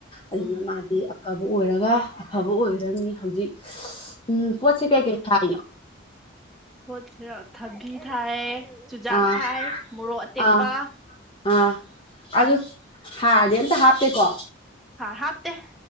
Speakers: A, on the left; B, in the centre.
A: ꯑꯗꯨꯅ
B: ꯎꯝ
A: ꯃꯥꯗꯤ ꯑꯐꯕ ꯑꯣꯏꯔꯒ ꯑꯐꯕ ꯑꯣꯏꯒꯗꯕꯅꯤ ꯍꯧꯖꯤꯛ꯫ ꯎꯝ ꯄꯣꯠꯁꯦ ꯀꯥꯏ ꯀꯥꯢ ꯊꯥꯏꯅꯣ꯫
B: ꯄꯣꯠꯁꯤꯔꯣ ꯊꯕꯤ ꯊꯥꯏ꯫ ꯆꯨꯖꯥꯛ
A: ꯑꯥ
B: ꯊꯥꯏ ꯃꯣꯔꯣꯛ ꯑꯇꯦꯛꯄ꯫
A: ꯑꯥ ꯑꯥ ꯑꯗꯨ ꯍꯥꯔꯗꯤ ꯑꯝꯇ ꯍꯥꯞꯇꯦꯀꯣ꯫
B: ꯍꯥꯔ ꯍꯥꯞꯇꯦ꯫